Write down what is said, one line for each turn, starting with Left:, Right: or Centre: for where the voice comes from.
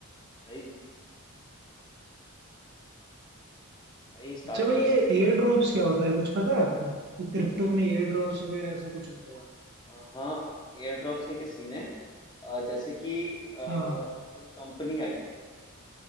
Left: भाई भाई स्टार्टिंग
Right: अच्छा भाई
Left: में
Right: ये
Left: सही में
Right: एयर ड्रॉप्स क्या होता है कुछ पता है आपको ये क्रिप्टो में एयर ड्रॉप्स वगैरह ऐसा कुछ होता है
Left: अ, हाँ एयर ड्रॉप्स के, के सीन है अ, जैसे कि अ, कोई
Right: हाँ
Left: कंपनी आई